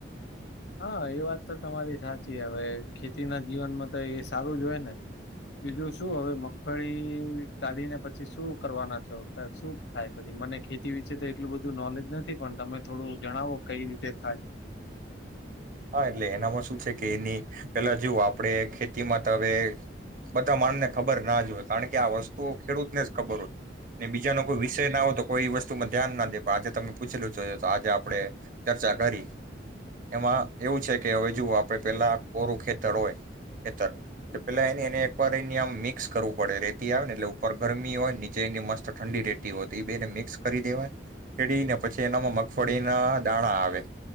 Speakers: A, on the left; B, on the right.
A: હા એ વાત તો તમારી સાચી. હવે ખેતીના જીવનમાં તો એ સારું જ હોય ને બીજું શું હવે મગફળી કાઢીને પછી શું કરવાના છો? શું થાય પછી મને ખેતી વિશે તો એટલું બધું નોલેજ નથી પણ તમે થોડું જણાવો કઈ રીતે થાય?
B: હા એટલે એનામાં શું છે કે એની પેલા જોઓ આપડે ખેતીમાં તો હવે બધા માણને ખબર ના જય કારણ કે આ વસ્તુ ખેડૂતને જ ખબર હોય ને બીજાનો કોઈ વિષય ના હોય તો કોઈ એ વસ્તુમાં ધ્યાન ના દે આજે તમે પૂછેલું છો તો આજે આપણેે ચર્ચા કરી. એમાં એવું છે કે હવે જુઓ આપણે પેલા કોરું ખેતર હોય. ખેતર તો પેલા એને એને એકવાર એને આમ મિક્સ કરવું પડે. રેતી આવે ને એટલે ઉપર ગરમી હોય નીચે એની મસ્ત ઠંડી રેતી હોય તો એ બે એને મિક્સ કરી દેવાય છેેડીને પછી એનામાં મગફળીના દાણા આવે